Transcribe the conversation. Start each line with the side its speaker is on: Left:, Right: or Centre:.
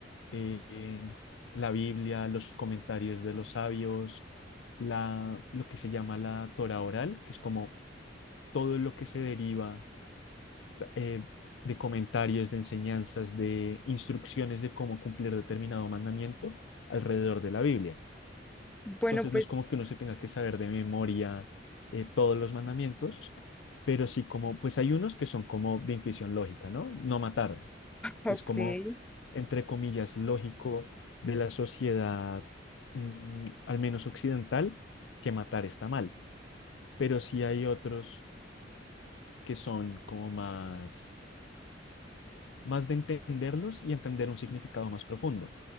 Left: eh, la Biblia, los comentarios de los sabios, la, lo que se llama la Torah oral, que es como todo lo que se deriva eh, de comentarios, de enseñanzas, de instrucciones de cómo cumplir determinado mandamiento alrededor de la Biblia.
Centre: Bueno,
Left: Entonces
Centre: pues,
Left: no es como que uno se tenga que saber de memoria eh, todos los mandamientos, pero sí como, pues hay unos que son como de intuición lógica, ¿no? No matar,
Centre: ok,
Left: es como, entre comillas, lógico de la sociedad, mm, al menos occidental, que matar está mal. Pero sí hay otros que son como más, más de entenderlos y entender un significado más profundo.